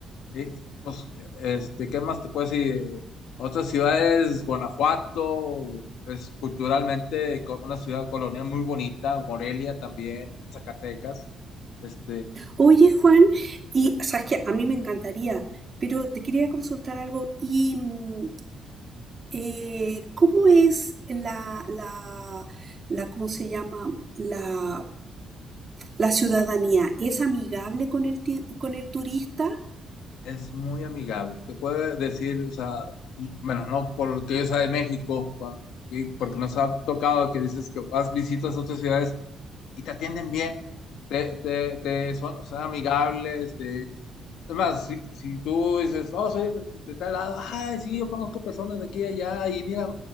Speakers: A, on the left; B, on the right.
A: Y, pues, este, ¿qué más te puedo decir? Otras ciudades, Guanajuato, es culturalmente co- una ciudad colonial muy bonita, Morelia también, Zacatecas. Este,
B: oye, Juan, y sabes que a mí me encantaría, pero te quería consultar algo. ¿Y mm, eh, cómo es la, la, la, cómo se llama, la, la ciudadanía? ¿Es amigable con el, ti- con el turista?
A: es muy amigable. Te puede decir, o sea, bueno, no por lo que yo sea de México, cuando- y porque nos ha tocado que dices que vas, visitas otras ciudades y te atienden bien, te, te, te son, son amigables, te, es más, si, si tú dices, oh, soy de, de tal lado, ay, sí, yo conozco personas de aquí y allá, y mira,